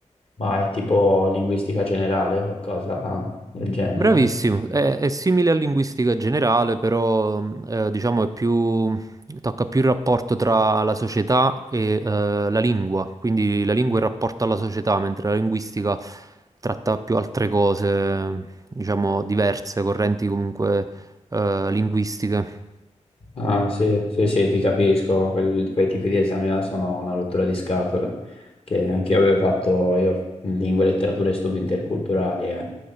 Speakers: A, on the left; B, on the right.
A: Ma è tipo linguistica generale, qualcosa del genere.
B: Bravissimo, è, è simile a linguistica generale, però mh, eh, diciamo è più, tocca più il rapporto tra la società e eh, la lingua, quindi la lingua è il rapporto alla società, mentre la linguistica tratta più altre cose, diciamo diverse, correnti comunque eh, linguistiche.
A: Ah, sì, sì, sì, ti capisco, quel- quei tipi di esami là sono una rottura di scatole, che anche io avevo fatto, io in lingue, letterature e studi interculturali, eh,